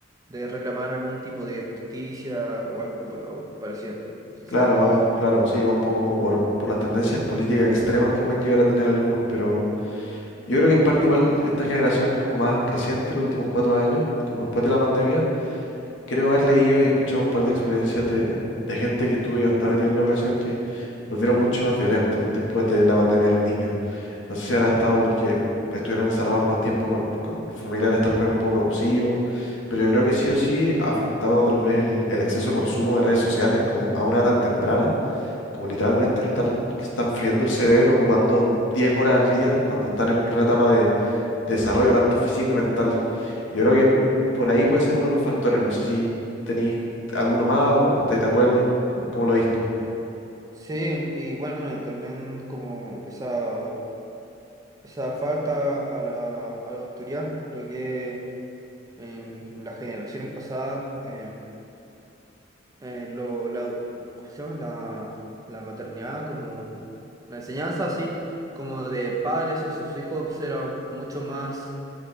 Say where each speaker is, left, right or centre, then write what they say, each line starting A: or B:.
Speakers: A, on the right; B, on the left.
A: de reclamar algún tipo de justicia o algo pa- o parecido. No sé
B: Claro,
A: si...
B: ah, claro, sí, va un poco como por, por las tendencias políticas extremas que pueden llegar a tener algunos, pero yo creo que en parte igual esta generación como más reciente, los últimos cuatro años, como después de la pandemia, creo haber leído y escuchado un par de experiencias de, de gente que estuvo y está metida en la ocasión que volvieron mucho más violentos después de la pandemia los niños. No sé si habrá estado porque estuvieron encerrados más tiempo con, con familiares tal vez un poco abusivos, pero yo creo que sí o sí ha afectado tal vez el, el exceso de consumo de redes sociales como a una edad tan temprana como literalmente estar, que están friendo el cerebro ocupando 10 horas al día cuando están en plena etapa de, desarrollo tanto físico y mental. Yo creo que
A: Mm,
B: por ahí puede
A: sí.
B: ser uno de los factores. No sé si tenéis alguno más o estáis de acuerdo. ¿Cómo, cómo lo veis tú?
A: Sí, y bueno, también como esa, esa falta a la, a la autoridad, creo que En las generaciones pasadas, eh, eh, lo, la, ¿cómo se llama? La, la maternidad, como la enseñanza así, como de padres a sus hijos era mucho más